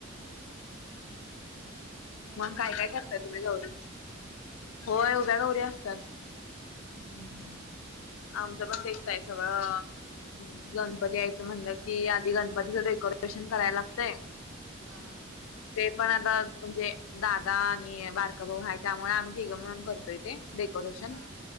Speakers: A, on the right (about 85°); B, on the left (about 80°).
A: मग तुमच्यात
B: काय काय
A: पण
B: करताय
A: उभ्या गौऱ्या
B: तुम्ही
A: असतात?
B: गौरी होय, उभ्या गौरी असतात.
A: हम्म,
B: आमचं पण तेच आहे, सगळं गणपती यायचं म्हणलं की आधी गणपतीच डेको डेकोरेशन कराय लागतय.
A: हा
B: ते पण आता म्हणजे दादा आणि बारका भाऊ आहे, त्यामुळे आम्ही तिघ मिळून करतोय तेे डेकोरेशन.
A: हा.